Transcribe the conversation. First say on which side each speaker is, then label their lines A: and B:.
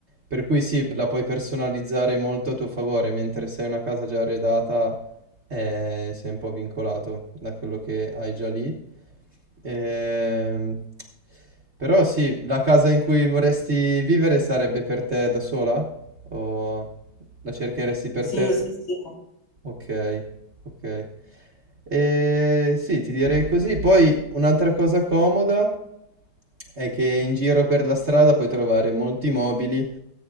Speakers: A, on the right (about 35°); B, on the left (about 65°).
A: Per cui sì, la puoi personalizzare molto a tuo favore, mentre se hai una casa già arredata eh, sei un po' vincolato da quello che hai già lì. Ehm, però sì, la casa in cui vorresti vivere sarebbe per te da sola? O la cercheresti per
B: Sì,
A: te?
B: sì, sì.
A: Ok, ok. Eh, sì, ti direi così. Poi un'altra cosa comoda è che in giro per la strada puoi trovare molti mobili